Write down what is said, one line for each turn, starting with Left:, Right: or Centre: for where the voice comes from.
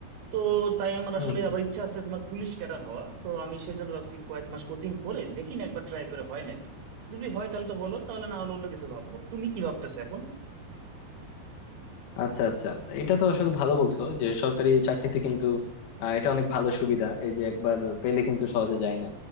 Right: তো তাই আমার
Left: হম
Right: আসলে আবার ইচ্ছা আছে তোমার পুলিশ ক্যাডার হওয়া তো আমি সেজন্য ভাবছি কয়েক মাস কোচিং করে দেখি না একবার ট্রাই করে হয় নাকি যদি হয় তাহলে তো হলো তাহলে না হলে অন্য কিছু ভাববো তুমি কি ভাবতেছো এখন
Left: আচ্ছা আচ্ছা এটা তো আসলে ভালো বলছো যে সরকারি চাকরিতে কিন্তু আহ, এটা অনেক ভালো সুবিধা এই যে একবার পেলে কিন্তু সহজে যায় না